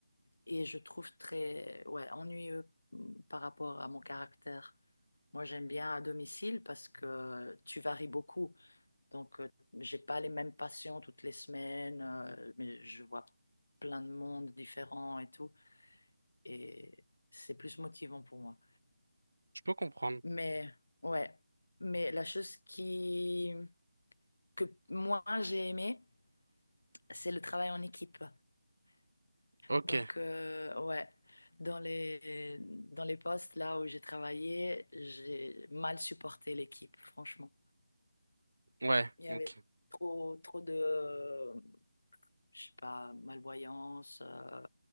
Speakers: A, on the left; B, on the right.
A: Et je trouve très, ouais, ennuyeux mm, par rapport à mon caractère. Moi, j'aime bien à domicile parce que tu varies beaucoup. Donc, euh, j'ai pas les mêmes patients toutes les semaines, euh, mais je vois plein de monde différents et tout. Et c'est plus motivant pour moi.
B: Je peux comprendre.
A: Mais ouais, mais la chose qui que moi j'ai aimé, c'est le travail en équipe.
B: Ok.
A: Donc euh, ouais, dans les dans les postes là où j'ai travaillé, j'ai mal supporté l'équipe, franchement.
B: Ouais.
A: Il y
B: Ok.
A: avait trop trop de euh, je sais pas, malvoyance, euh,